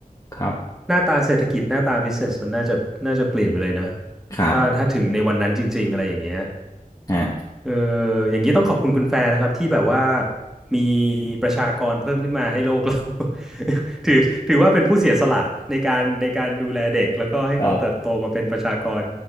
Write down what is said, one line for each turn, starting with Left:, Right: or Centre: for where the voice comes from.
Left: ครับ
Centre: หน้าตาเศรษฐกิจหน้าตาบิสเ s สมันน่าจะน่าจะเปลี่ยนไปเลยเนอะ
Left: ครับ
Centre: ถ้าถ้าถึงในวันนั้นจริงๆอะไรอย่างเงี้ย
Left: ฮะ
Centre: เอออย่างนี้ต้องขอบคุณคุณแฟนนะครับที่แบบว่ามีประชากรเพิ่มขึ้นมาให้โลกเรา <laughs> ถือถือว่าเป็นผู้เสียสละในการในการดูแลเด็กแล้วก็ให้เขาเติบโตมาเป็นประชากร
Left: <laughs> ครับ